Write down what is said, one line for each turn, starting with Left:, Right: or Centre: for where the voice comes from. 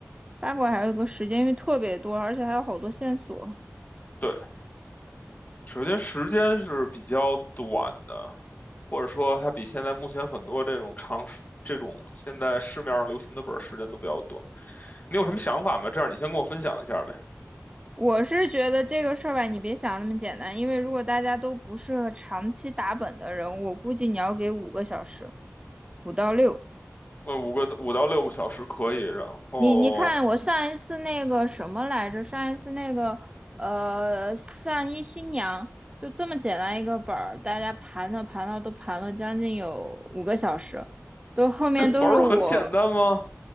Right: 八卦还有个时间，因为特别多，而且还有好多线索。
Left: 对。首先，时间是比较短的，或者说它比现在目前很多这种长时这种现在市面上流行的本儿时间都比较短。你有什么想法吗？这样你先跟我分享一下呗。
Right: 我是觉得这个事儿吧，你别想那么简单，因为如果大家都不是长期打本的人，我估计你要给五个小时，五到六。
Left: 问五个五到六个小时可以，然后
Right: 你你看，我上一次那个什么来着？上一次那个呃，上一新娘就这么简单一个本儿，大家盘了盘了都盘了将近有五个小时，都后面都是我
Left: 这本儿很简单吗？